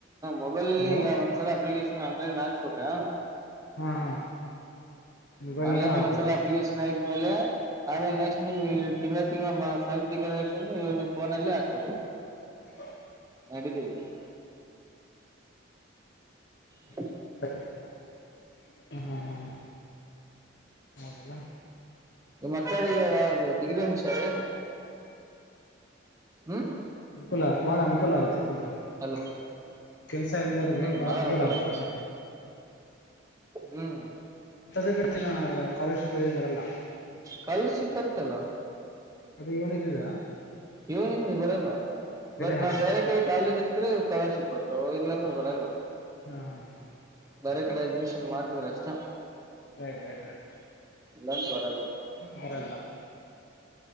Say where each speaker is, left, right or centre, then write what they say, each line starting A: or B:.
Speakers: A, on the right (about 15°); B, on the left (about 60°).
A: ಮೊಬೈಲಲ್ಲಿ
B: ಹಲೋ
A: ಈಗ ಒಂದ್ಸಲ ಅಪ್ಲಿಕೇಶನ್ ಆನ್ಲೈನಗ ಕಾ
B: ಹಾ ಹಾ ಮೊಬೈಲ್ನಾಗ
A: ಆನ್ಲೈನ್
B: ಹಾಕ್ಬೋದು
A: ಒಂದ್ಸಲ ಅಪ್ಲಿಕೇಶನ್ ಆಗಿದ್ಮೇಲೆ. ಆಮೇಲೆ ನೆಕ್ಸ್ಟ್ ನೀವು ತಿಂಗಳ ತಿಂಗ್ಳ ಸೆಲ್ ಡಿಕ್ಲರೇಷನ್ವು ನೀವು ಫೋನಲ್ಲೇ ಹಾಕೇಬೋದು.
B: ಹ
A: ನಡಿತೈತ. ಹ <inaudible>
B: ಹ <unintelligible> ಹ್ಮ ಮತ್ತ್
A: ಮತ್ತೇನಿಲ್ಲ ಅದ ಡಿಗ್ರಿ ಮುಗಸದು ಹ್ಮ್.
B: ಅನುಕೂಲ ಬಾಳ ಅನುಕೂಲ ಆಗುತ್ತೆ. ್ರ
A: ಅಲ್ಲ
B: <unintelligible> ಕೆಲ್ಸ ಇಲ್ದವ್ರಿಗೆ
A: ಹ್ಮ್
B: ಬಾಳ
A: ಬಹಳ
B: ಅನುಕೂಲ ಆಗತ್ತಲ್ವ.
A: ಆಗುತ್ತೆ ಹ್ಮ್
B: ಮತದೆ ಬಿಡ್ತಿನ ಕಾಲರ್ ಶಿಪ್ ಏನ್ ಬರಲ್ಲ.
A: ಕಲರಷಿಪ್ ಬರ್ತಲ್ಲ.
B: ಅದು ಏನ್ ಇದ್ದಿದಾ.
A: ಇವು ನಿನಗ ಬರಲ್ಲ ಬಟ್
B: ಹಾಕ್ಬೇಕ
A: ನಾ ಬೇರೆ ಕಡೆ ಕಾಲೇಜ್ ತ್ರಿ ಕಾಲರಶಿಪ್ ಬರ್ತಾವ ಇಲ್ಲಾಂದ್ರ ಬರಲ್ಲ.
B: ಹ್ಮ್ ಹ್ಮ ಹ್ಮ
A: ಬ್ಯಾರೆ ರ ಕಡೆ ಅಡ್ಮಿಷನ್ ಮಾಡಿಸ್ಡ್ರ ಅಷ್ಟ.
B: ರೈಟ್ ರೈಟ್ ರೈಟ ರೈಟ್
A: ಇಲ್ಲಾಂದ್ರೆ ಬರಲ್ಲ.
B: ಬರಲ್ಲ.